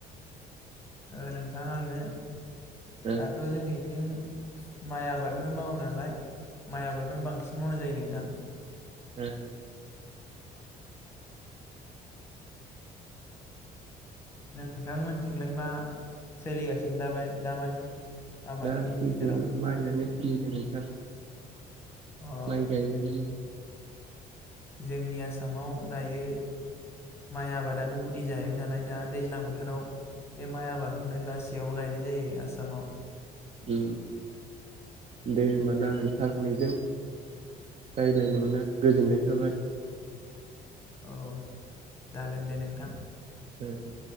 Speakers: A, on the left; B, on the right.
A: ओ नोंथां आङो
B: ओ
A: दाथ जोंनि बिं माइ आबादखौनो मावो नालाय माइ आबादखौनो बांसिन मावनाय जायो नोंथां
B: ओ
A: नोंथांमोनथिंलाय मा सोलिगासिनो दाबाय दामानि आबादनि
B: दा
A: बिथोराव
B: मानिया सलिदों‌ नोंथां
A: अ
B: माइ गायनायानो
A: जोंनि आसामाव दायो माइ आबादानो गुदि जाहैबाय नालाय दा दैज्लां बोथोराव बे माइ आबादखौनो गासैयावबो गायनाय जायो आसामाव
B: ओ दे होमबा ना नोथां नोंजों मिलायनो मोनना गोजोननाय थाबाय
A: औ जागोन दे नोंथां।
B: औ